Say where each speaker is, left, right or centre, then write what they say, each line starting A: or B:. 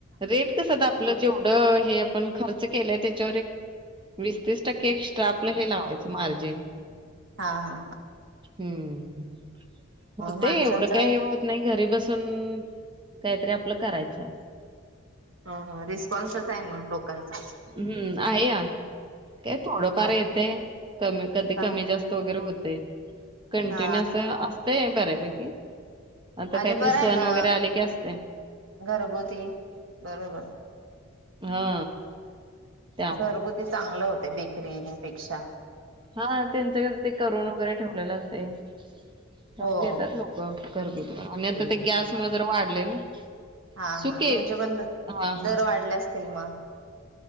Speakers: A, on the right (about 25°); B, on the right (about 70°).
A: रेट कसं द आपलं जेवढं हे आपण खर्च केलय त्याच्यावर एक वीस तीस टक्के एक्स्ट्रा आपलं हे लावायचं मार्जिन.
B: हा हा हा
A: हम्म होते
B: माणसांचा
A: एवढं काही होत नाही घरी बसून कायतरी आपलं करायचं
B: ह ह रिस्पॉन्सच आहे मग लोकांचा
A: हम्म आहे आहे काय थोडंफार
B: हा
A: येतय कमी कधी
B: हा
A: कमी जास्त वगैरे होत. ते कंटिन्यु
B: हा
A: असं असते. बऱ्यापैकी. आता काहीतरी
B: आणि बरं
A: सण
B: आहे ना
A: वगैरे आले की असते
B: घरगुती बरोबर
A: हा त्यामुळे
B: घरगुती चांगलं हो ते बेकरी मधे ईकक्षा
A: हा त्यांचं कस ते करुन वगैरे ठेवलेलं असतय त्यामुळ
B: हो
A: घेतात लोकं. घरगुती आणिं आता ते गॅस मुळ जरा वाढलय ना.
B: हा
A: सुके
B: हा तुमचे पण द
A: हा हा
B: दर वाढल्यास सिल्मा